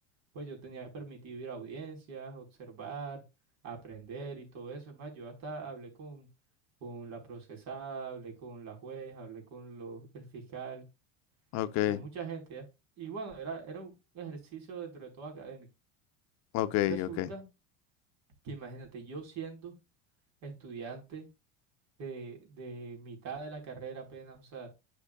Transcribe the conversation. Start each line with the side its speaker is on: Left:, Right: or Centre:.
Right: pues yo tenía permitido ir a audiencias, observar, aprender y todo eso. Es más, yo hasta hablé con, con la procesada, hablé con la juez, hablé con los, el fiscal,
Left: Ok,
Right: con mucha gente, ¿ya? Y bueno, era, era un ejercicio dentro de todo académico.
Left: ok,
Right: Resulta
Left: ok.
Right: que imagínate, yo siendo estudiante de, de mitad de la carrera apenas, o sea,